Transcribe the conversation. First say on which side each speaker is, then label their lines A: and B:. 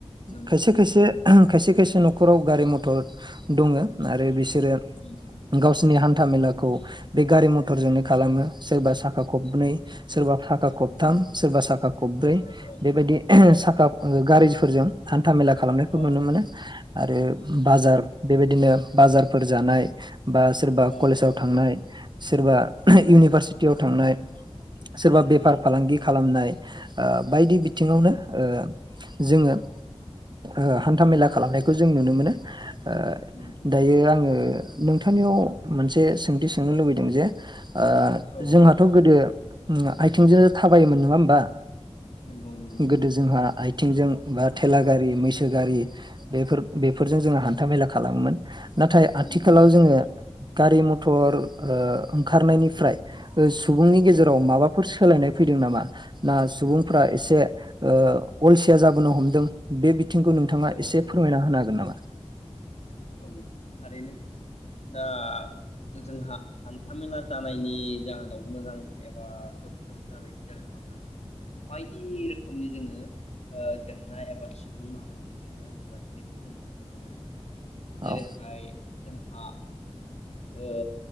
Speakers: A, on the left; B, on the right.
A: नंगौ
B: खायसे खायसे खायसे खायसे न'खराव गारि मथर दङो आरो बि सोरो
A: उम उम
B: गावसिनि हा था मेलाखौ बे गारि मथरजोंनो खालामो सोरबा सा खा खबनै
A: नंगौ
B: सोरबा साखा खबथाम
A: औ
B: सोरबा साखा खबब्रै
A: औ औ
B: बेबायदि
A: औ
B: साखा ओ गारि जों हान था मेला खालामनायखौ
A: अ
B: नुनो मोनो आरो
A: नंगौ
B: बाजार बेबायदिनो बाजारफोर जानाय बा सोरबा
A: अ
B: कलेजाव
A: अ
B: थांनाय सोरबा
A: औ
B: इउनिभारसि टियाव थांनाय सोरबा बेफार
A: औ
B: फालांगि खालामनाय ओ बायदि
A: औ
B: बिथिङावनो
A: उम
B: ओ जोङो ओ हान्थामेला खालामनायखौ जों नुनो मोनो। <inaudible> ओ
A: नंगौ नंगौ
B: दायो आङो नोंथांनियाव मोनसे सोंथि सोंनो लुबैदों जे ओ
A: औ
B: जोंहाथ' गोदो आथिंजों थाबायोमोन नङा होमबा
A: नंगौ नंगौ नंगौ
B: गोदो जोंहा आइ थिंजों बा थेला गारि मैसो गारि बेफोर बे फोरजों जोंङो हान्थामेला खालामोमोन नाथाय आथिखालाव
A: नंगौ
B: जोंङो गारि मथर ओ ओंखारनायनि फ्राय सुबुंनि गेजेराव
A: औ
B: माबाफोर सोलायनाय फैदों नामा ना सुबुंफ्रा एसे ओ अलसिया जाबोनो हमदों बे बिथिंखौ नोंथाङा
A: औ
B: एसे
A: औ
B: फोरमायना होनो हागोन नामा? <inaudible>
A: औ थारैनो दा जोंहा हान्थामेला जानायनि जाहोनाव मोजां एबा गोख्रों जानायनि जाहोनाव जों बायदि रोखोमनि जोंङो ओ जेंना एबा सुबुं माहारिजों जेंना नुजाथिनायखौ जों नुनो मोनो। जेरैहाय
B: औ
A: जोंहा ओ